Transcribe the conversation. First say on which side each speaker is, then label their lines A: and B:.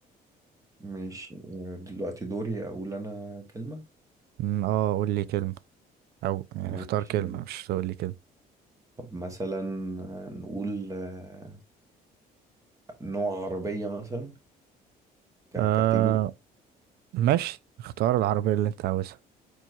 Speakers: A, on the right; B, on the right.
A: ماشي آه، دلوقتي دوري أقول أنا كلمة
B: م، اه قول لي كلمة او يعني
A: ماشي
B: اختار كلمة مش تقول لي كلمة
A: طب مثلا آه، نقول آه، نوع عربية مثلا ككاتيجوري
B: آه ماشي اختار العربية اللي انت عاوزها